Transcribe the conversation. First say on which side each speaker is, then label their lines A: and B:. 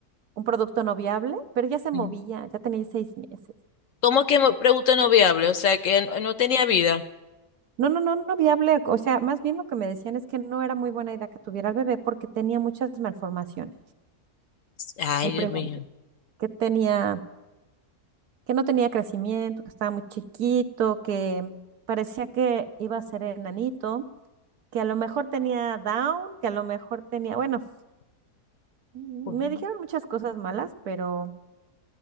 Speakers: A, on the right; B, on the left.
A: un producto no viable, pero ya se movía,
B: ujú.
A: ya tenía seis meses.
B: ¿Cómo que me- pregunta no viable? O sea, que no no tenía vida.
A: No, no, no, no viable. O sea, más bien lo que me decían es que no era muy buena idea que tuviera el bebé porque tenía muchas malformaciones.
B: Ay,
A: El
B: Dios
A: primer
B: mío.
A: bebé, que tenía, que no tenía crecimiento, que estaba muy chiquito, que parecía que iba a ser enanito, que a lo mejor tenía Down, que a lo mejor tenía, bueno, me
B: Ujú.
A: dijeron muchas cosas malas, pero